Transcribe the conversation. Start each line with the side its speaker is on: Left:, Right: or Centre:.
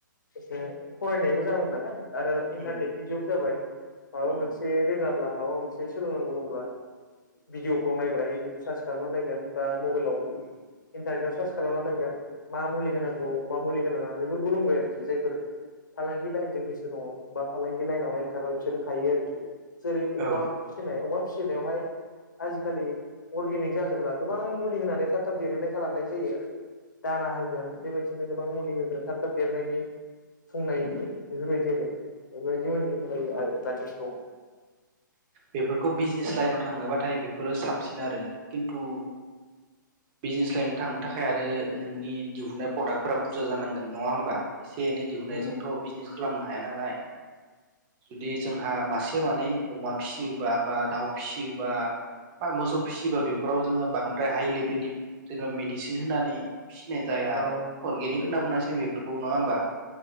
Left: एसे फरायनायबो जाबाय नालाय आरो इन्टारनेटनि
Right: उम
Left: जुग जाबाय माबा
Right: उम
Left: मोनसे रोङा अब्ला माबा मोनसे सोलोंनांगौ दंब्ला भिदिअखौ
Right: उम
Left: नायब्रा इउटिउब सार्च खालामना नायगोन बा मबाइलाव
Right: उम
Left: इनटारनेटाव सो सार्स खालामना नायगोन मा मुलि होनांगौ
Right: उम
Left: मा मुलि होनाङा बेफोरखौ रोंबाय आरोखि जायफोर फालांगि लाइनजों गोसो दङ बा फालांगि लाइनावहाय ओंखारबाय बिसोरो हायो आरोखि जेरै
Right: औ
Left: अमा
Right: उम
Left: फिसिनाय अमा फिसिनायावहाय आजिखालि अर्गेनिक जाजोब्ला गोबां मुलि होनानै थाब थाब देरहोनाय खालामनाय जायो आरो दाना होगोन बेबायदि नो गोबां मुलि होगोन थाब थाब देरनायनि फुंनायनि
Right: उम
Left: बेफोरबायदि बिदि आरो औवाजों <unintelligible> आरो दानि जुगाव
Right: बेफोरखौ बिजनेस लाइनाव थाङोबाथाय बेफोरो साबसिन आरो खिन्थु बिजनेस लाइन थांनो थाखाय आरो नोंनि दिहुननाय प्रडाक्टफोरा बुरजा जानांगोन नङा होमबा एसे एनै दिहुननायजोंथ'
Left: उम
Right: बिजनेस खालामनो हाया नालाय जुदि जोंहा मासे मानै अमा फिसियोबा बा दाउ फिसियोबा बा मोसौ फिसियोबा बेफोराव जोङो बांद्राय हाइ लेभेल खालामनो हाया नालाय बिलनि जेनेबा मेडिसिन होनानै फिसिनाय जाया
Left: औ
Right: आरो अरगेनिक
Left: सिनाय
Right: होनना
Left: जाया
Right: बुंनांसिगोन बेफोरखौ नङा होमबा?